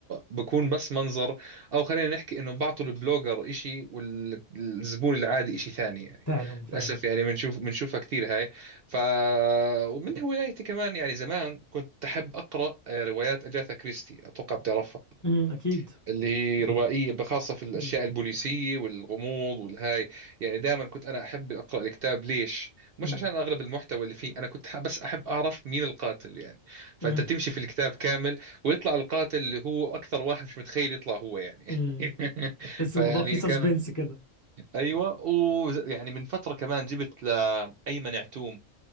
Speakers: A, on the right (about 60°); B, on the left (about 25°).
A: بكون بس منظر او خلينا نحكي انه بعطوا البلوجر اشي والزبون العادي اشي ثاني يعني
B: فعلا فعلا
A: للاسف يعني بنشوف بنشوفها كثير هاي ف ومن هوايتي كمان يعني زمان كنت أحب أقرأ آه، روايات أجاثا كريستي أتوقع بتعرفها
B: أمم، أكيد
A: اللي هي
B: <coughs>
A: روائية خاصة في الأشياء
B: أمم،
A: البوليسية والغموض والهاي يعني دائما كنت أنا أحب أقرأ الكتاب ليش؟ مش
B: أمم،
A: عشان أغلب المحتوى اللي فيه أنا كنت ح- بس أحب أعرف مين القاتل يعني فأنت
B: أمم،
A: تمشي في الكتاب كامل ويطلع القاتل اللي هو أكثر واحد مش متخيل يطلع هو يعني
B: أمم.
A: <laughs>
B: تحس
A: فيعني
B: الموضوع فيه سسبنس
A: كان
B: كده
A: أيوة ويعني من فترة كمان جبت لأيمن عتوم